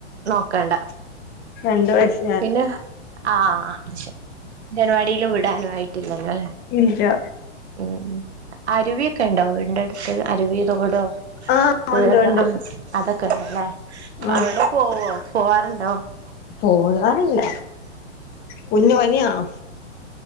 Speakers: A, on the right; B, on the left.
A: നോക്കണ്ട.
B: രണ്ട് വയസ്.
A: പിന്നെ ആഹ് ജനവാടിൽ വിടാനും ആയിട്ടില്ലല്ലോല്ലെ.
B: ഇല്ല.
A: ഉം അരുവിയൊക്കെ ഉണ്ടാ വീടിന്റെ അടുത്ത് അരുവിയോ തോടോ.
B: ആ
A: പുഴകൾ
B: ഉണ്ട് ഉണ്ട്
A: അതൊക്കെ ഉണ്ടല്ലേ
B: ആ
A: അവിടെ പോവോ പോവാറുണ്ടോ?
B: പോകാറില്ല കുഞ്ഞു പനിയാണോ?